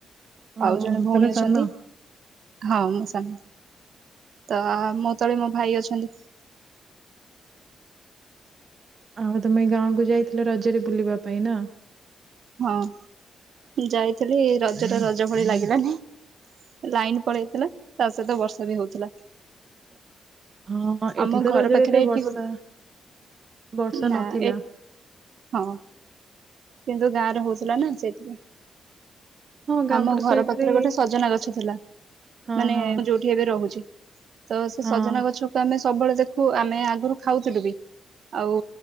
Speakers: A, on the right; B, on the right.
A: ହଁ
B: ଆଉ ଜଣେ ଭଉଣୀ
A: ତମେ
B: ଅଛନ୍ତି।
A: ସାନ
B: ହଁ ମୁଁ ସାନ। ତ ମୋ ତଳେ ମୋ ଭାଇ ଅଛନ୍ତି।
A: ଆଉ ତମେ ଗାଁକୁ ଯାଇଥିଲ ରଜରେ ବୁଲିବା ପାଇଁ ନା?
B: ହଁ ମୁ ଯାଇଥିଲି ରଜ ଟା ରଜ ଭଳି ଲାଗିଲାନି। ଲାଇନ୍ ପଳେଇଥିଲା ତା ସହିତ ବର୍ଷା ବି ହଉଥିଲା।
A: <inaudible> ହଁ ହଁ ଏଠି
B: ଆମ
A: ତ
B: ଘର
A: ରଜରେ
B: ପାଖରେ
A: ଏତେ ବର୍ଷା,
B: ଏଠି ଗୋ
A: ବର୍ଷା
B: ନା
A: ନଥିଲା।
B: ଏ ହଁ। କିନ୍ତୁ ଗାଁ ରେ ହଉଥିଲା ନା ସେଇଥିପାଇଁ।
A: ହଁ ଗାଁ
B: ଆମ
A: ପଟ
B: ଘର
A: ସାଇଡ
B: ପାଖରେ
A: ରେ
B: ଗୋଟେ ସଜନା ଗଛ ଥିଲା।
A: ହଁ
B: ମାନେ
A: ହଁ
B: ଯୋଉଠି ଏବେ ରହୁଛି। ତ ସେ
A: ହଁ।
B: ସଜନା ଗଛ ତ ଆମେ ସବୁବେଳେ ଦେଖୁ ଆମେ ଆଗରୁ ଖାଉଥିଲୁ ବି। ଆଉ